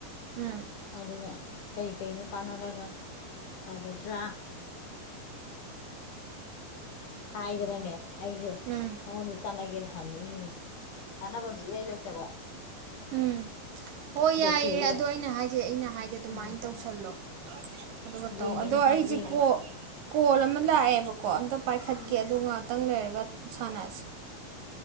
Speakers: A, on the right; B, on the left.
A: ꯎꯝ
B: ꯑꯗꯨꯒ ꯀꯩ ꯀꯩꯅꯣ ꯇꯥꯟꯅꯔꯒ ꯐꯒꯗ꯭ꯔꯥ ꯏꯗ ꯃꯅꯦꯦ ꯑꯩꯗꯦ
A: ꯎꯝ
B: ꯅꯟ ꯆꯉꯒꯗ ꯍꯪꯉꯤ ꯆꯥꯟꯅꯐꯝꯁꯨ ꯏꯍꯩ ꯂꯩꯇꯕꯣ
A: ꯎꯝ ꯍꯣꯏ ꯌꯥꯏꯌꯦꯦ
B: ꯊꯤꯔꯛꯏꯕ
A: ꯑꯗ ꯑꯩꯅ ꯍꯥꯏꯁꯩ ꯑꯩꯅ ꯍꯥꯏꯁꯦ ꯑꯗꯨꯃꯥꯏꯅ
B: ꯎꯝ
A: ꯇꯧꯁꯜꯂꯣ ꯑꯗꯨꯒ
B: ꯌꯦꯡꯒꯦꯅꯦ
A: ꯇꯧ ꯑꯗꯣ
B: ꯍꯪ
A: ꯑꯩꯁꯦ
B: ꯌꯦꯡꯒꯦ
A: ꯀꯣ ꯀꯣꯜ ꯑꯃ ꯂꯥꯛꯑꯦꯕꯀꯣ ꯑꯝꯇ ꯄꯥꯏꯈꯠꯀꯦ
B: ꯎꯝ
A: ꯑꯗꯨꯒ ꯉꯍꯥꯛꯇꯪ ꯂꯩꯔꯒ ꯁꯥꯟꯅꯁꯤꯦ